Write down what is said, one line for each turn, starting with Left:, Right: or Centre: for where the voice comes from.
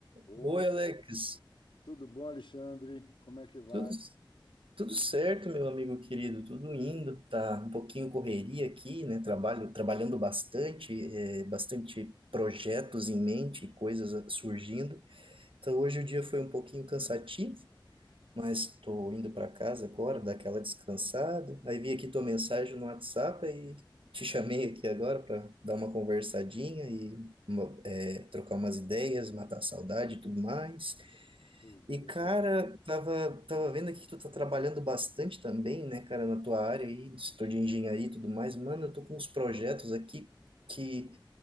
Left: Ô,
Right: Oi, Alex.
Left: tudo bom, Alexandre? Como é que vai?
Right: Tudo, tudo certo, meu amigo querido? Tudo indo. Tá um pouquinho correria aqui, né? Trabalho, trabalhando bastante, é, bastante projetos em mente, coisas a- surgindo. Então, hoje o dia foi um pouquinho cansativo, mas estou indo para casa agora, dar aquela descansada. Aí vi aqui tua mensagem no WhatsApp e te chamei aqui agora para dar uma conversadinha e uma- é, trocar umas ideias, matar a saudade e tudo mais.
Left: Pois
Right: E,
Left: é.
Right: cara, tava, tava vendo aqui que tu tá trabalhando bastante também, né, cara, na tua área aí, no setor de engenharia e tudo mais. Mano, eu tô com uns projetos aqui que